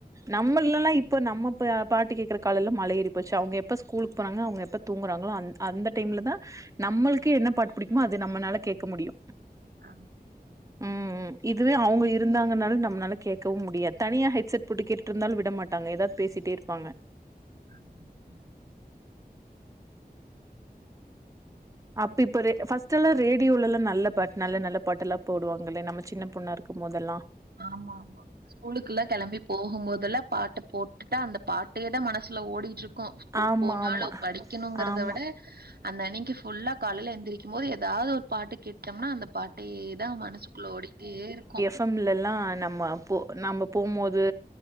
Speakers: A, on the right; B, on the right.
A: நம்மெல்லா இப்ப நம்ம ப்ப பாட்டு கேக்கற காலேல்ல மலயேறி போச்சி அவங்க எப்போ ஸ்கூல்க்கு போனாங்னா அவங்க எப்ப தூங்குறாங்களே அந் அந்த டைமில்லதா நம்மளுக்கு என்ன பாட்டு புடிக்குமோ அது நம்மளால கேட்க முடியு
B: ஆ
A: ம் ம் இதுவே அவுங்க இருந்தாங்கன்னால நம்னால கேட்கவு முடியாது தனியா ஹெட்செட் போட்டு கேட்டுட்டு இருந்தாலு விட மாட்டாங்க எதாவத் பேசிட்டே இருப்பாங்க
B: ம் ம்
A: அப்ப இப்ப ரே ஃபஸ்ட்டெல்லா ரேடியோலெல்லா நல்ல பாட் நல்ல நல்ல பாட்டல்லா போடுவாங்களே நம்ம சின்ன பொண்ணாருக் இருக்கும்போதல்லா
B: ஆமாமா ஸ்கூலுக்குல்லா கெளம்பி போகும்போதல்ல பாட்டு போட்டுட்டா அந்த பாட்டே தா மனசுல ஓடிட்டுருக்கு ஸ்கூல்
A: ஆமா
B: போனாலு
A: ஆமா
B: படிக்கணுங்கறத
A: ஆமா
B: விட அன்னனைக்கி ஃபுல்லா காலையில எழுந்திரக்கும் போது ஏதாவது ஒரு பாட்டு கேட்டோம்னா அந்த பாட் அதே தா மனசுக்குள்ள ஓடிட்டே இருக்கு
A: எஃப்எம்மில்லலா நம்ம போ நம்ம போம்போது